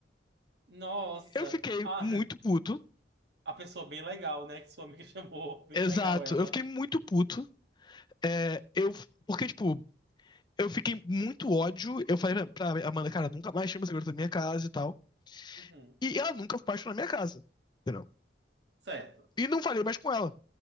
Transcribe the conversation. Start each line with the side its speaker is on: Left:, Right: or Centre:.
Right: Nossa.
Left: Eu fiquei
Right: Ah,
Left: muito puto,
Right: a pessoa bem legal, né? Que sua amiga <laughs> chamou. Bem
Left: Exato.
Right: legal ela.
Left: Eu fiquei muito puto. É, eu, porque, tipo, eu fiquei muito ódio. Eu falei pra, pra Amanda, cara, nunca mais chama segurança da minha casa e tal.
Right: Uhum.
Left: E ela nunca baixou na minha casa. Entendeu?
Right: Certo.
Left: E não falei mais com ela.